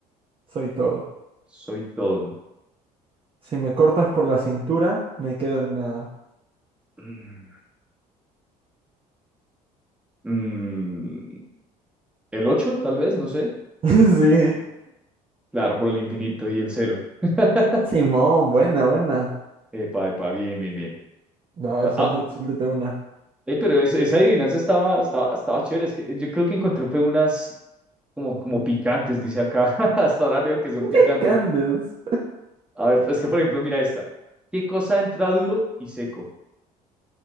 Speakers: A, on the right; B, in the centre.
A: soy todo.
B: soy todo.
A: Si me cortas por la cintura, me quedo en nada.
B: Mm, mm, el 8, tal vez, no sé.
A: <laughs> Sí.
B: Claro, por el infinito y el cero. <laughs>
A: Simón, buena, buena.
B: Epa, epa, bien, bien, bien.
A: A ver,
B: Ah,
A: suéltate,
B: ah,
A: suéltate una.
B: ey, pero esa, esa adivinanza estaba, estaba, estaba chévere. Es que yo creo que encontré fue unas como, como picantes, dice acá. <laughs> Hasta ahora leo que son
A: <laughs>
B: picantes.
A: ¿Qué andes?
B: A ver, es que por ejemplo, mira esta. ¿Qué cosa entra duro y seco?